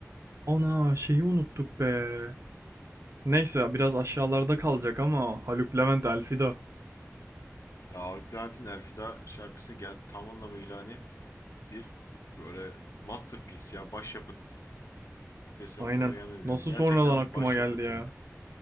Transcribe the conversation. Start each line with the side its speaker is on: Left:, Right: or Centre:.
Right: Ana şeyi unuttuk be. Neyse biraz aşağılarda kalacak ama Haluk Levent Elfida.
Left: Ya Ağır Levent'in Elfida şarkısı gel tam anlamıyla hani bir böyle masterpiece ya başyapıt. Türkçesi
Right: Aynen.
Left: aklıma gelmedi
Right: Nasıl
Left: bir an. Gerçekten
Right: sonradan aklıma
Left: bir başyapıt
Right: geldi ya.
Left: yani.